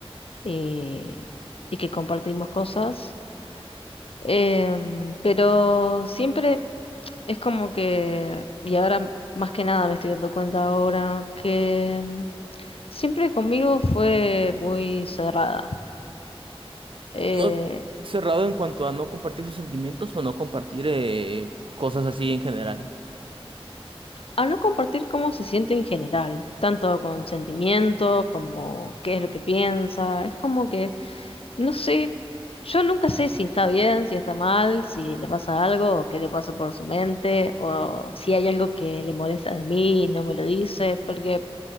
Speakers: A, on the left; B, on the right.
A: y, y que compartimos cosas. Em, pero siempre es como que, y ahora más que nada me estoy dando cuenta ahora, que em, siempre conmigo fue muy cerrada. Eh,
B: No cerrado en cuanto a no compartir sus sentimientos o no compartir eh, cosas así en general.
A: al no compartir cómo se siente en general, tanto con sentimientos como qué es lo que piensa, es como que No sé, yo nunca sé si está bien, si está mal, si le pasa algo, o qué le pasa por su mente, o si hay algo que le molesta de mí y no me lo dice, porque